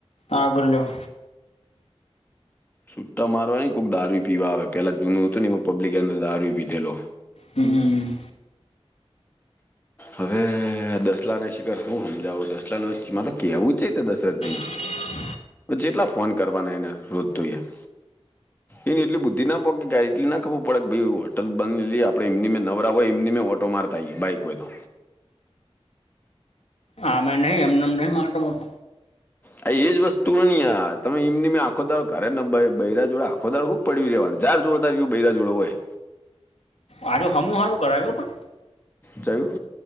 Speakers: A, on the left; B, on the left.
A: આગલ્યો
B: છૂટ્ટા મારવા ને કોક દારૂ પીવા આવે પેલા જૂનું હતું ને એમાં પબ્લિકે અંદર દારૂ પીધેલો
A: હમ્મ.
B: હવે દસલા ને શિખર શું સમજાવું દસલા નુ માર કેવું ચેતા દશરથ બાઈન
A: <inaudible>
B: જેટલા ફોન કરવાના એને રોજતો યાર એને એટલી બુદ્ધી ના પોકે એટલી ના ખબર પડે ભાઈ હોટલ બને લીએ આપણે એમની મેં નવરા હોય એમની મેં ઓટો મારતા બાઈક હોય તો
A: આ મેં નહ એમનેમ નહી માતોત
B: આ એજ વસ્તુ હો નની તમે એમની આખો દાળ કરેને બૈરા જોડે આખો દાળ હું પડી રહેવાનું જાર જોવા તાર બેરા જોડો હોય
A: આ સમૂહારું કરાવ પણ
B: જયું.